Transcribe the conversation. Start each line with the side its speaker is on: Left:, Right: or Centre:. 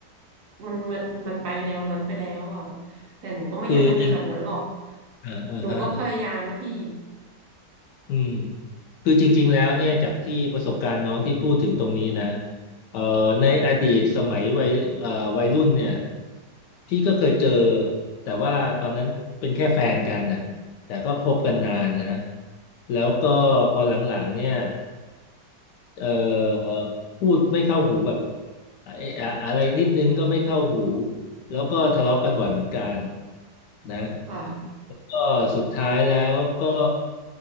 Right: มันมันมันไปแนวนั้นไปแล้วอ่ะแบบแต่หนูก็ไม่อยากให้เป็นแบบนั้นหรอก
Left: คือจริงอ่าอ่าฮะ
Right: หนูก็พยายามนะพี่
Left: อืมคือจริงๆแล้วเนี่ยจากที่ประสบการณ์น้องที่พูดถึงตรงนี้นะเอ่อในอดีตสมัยวัยเอ่อวัยรุ่นเนี่ยพี่ก็เคยเจอแต่ว่าตอนนั้นเป็นแค่แฟนกันน่ะแต่ก็คบกันนานนะแล้วก็พอหลังๆเนี่ย เอ่อพูดไม่เข้าหูแบบไอ้อะอะไรนิดนึงก็ไม่เข้าหูแล้วก็ทะเลาะกันบ่อยเหมือนกันนะ
Right: ค่ะ
Left: ก็สุดท้ายแล้วก็